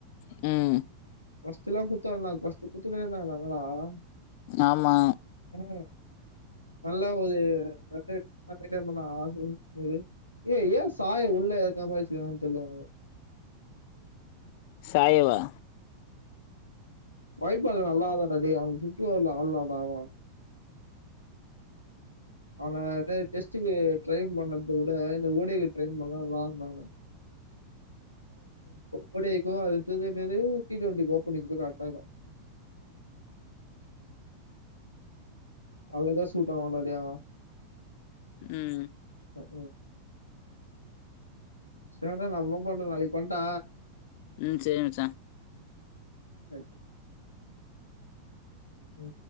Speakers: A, on the left; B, on the left.
A: உ
B: <unintelligible>
A: ஆமா
B: ஆ நல்ல ஒரு ரண்டு ஆகும் இ ஏ ஏ சாய உள்ள எத்தாம வச்சிருக்காங்கனு தெரில இவனுங்க
A: சாயவா
B: வாய்பல்லா நல்லாதான்டி அவன் சுட்டுல ஆடலாடா டே அவன அத டெஸ்டுக்கு ட்ரைன் பண்றத விட இந்த ஓடக்கு ட்ரைன் பண்லாம்ல்லா ஓடேக்கு அடுத்தது என்னது டி டுவெண்டி ஓப்பனிங்க்கு கரெக்டாருக்கு அவுஅகுதா சூட்டாவு
A: ம்
B: <unintelligible> உ சேட்டா நம்ளு பன்றோ நாளைக்கு பன்ட்டா
A: உ சேரி மச்சா
B: சய் உ